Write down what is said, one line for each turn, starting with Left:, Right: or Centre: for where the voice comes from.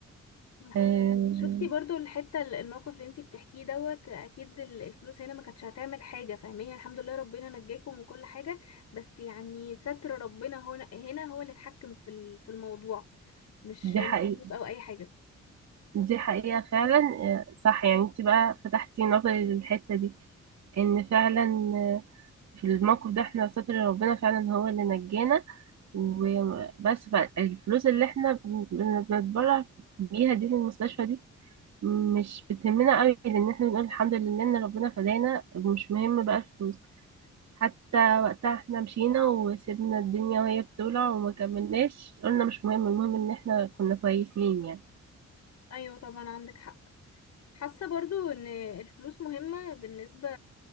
Left: الحمد
Right: آه،
Left: لله شفتي برضو الحتة ال- الموقف اللي انتي بتحكيه دوت اكيد ال- الفلوس هنا ما كانتش هتعمل حاجة فاهمين الحمد لله ربنا نجاكم من كل حاجة بس يعني ستر ربنا هنا هنا هو اللي اتحكم في ال- في الموضوع مش
Right: دي
Left: مش
Right: حقيقة
Left: فلوس او اي حاجة
Right: دي حقيقة فعلا آه، صح يعني انت بقى فتحتي نظري للحتة دي ان فعلا آه، في الموقف ده احنا ستر ربنا فعلا هو اللي نجانا وبس الفلوس اللي احنا بن- بن- بنتبرع بيها دي للمستشفى دي مش بتهمنا قوي لان احنا بنقول الحمد لله ان ربنا فدانا ومش مهم بقى الفلوس حتى وقتها احنا مشينا وسيبنا الدنيا وهي بتولع وما كملناش قلنا مش مهم المهم ان احنا كنا كويسين يعني
Left: ايوه طبعا عندك حق حاسة برضو ان الفلوس مهمة بالنسبة